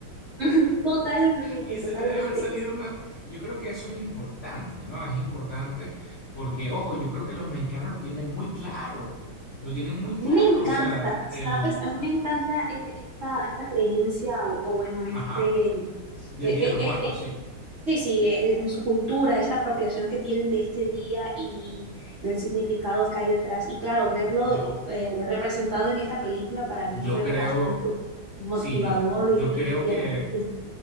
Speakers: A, on the right; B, on the left.
A: <laughs> totalmente,
B: y se
A: totalmente.
B: le debe haber salido una... Yo creo que eso es importante, ¿no? Es importante porque, ojo, yo creo que los mexicanos lo tienen muy claro, lo tienen muy claro,
A: A mí me encanta,
B: o sea, el...
A: ¿sabes? A mí me encanta eh, esta, esta creencia o, o bueno, este,
B: Ajá,
A: eh,
B: del
A: eh,
B: Día de los
A: eh,
B: Muertos,
A: eh,
B: sí.
A: sí, sí, eh, en su cultura, esta apropiación que tienen de este día y del significado que hay detrás. Y claro, verlo
B: Yo,
A: eh, representado en esta película para
B: yo
A: mí fue
B: creo,
A: bastante motivador
B: sí, yo, yo
A: y, y,
B: creo
A: y tierno.
B: que,
A: Sí,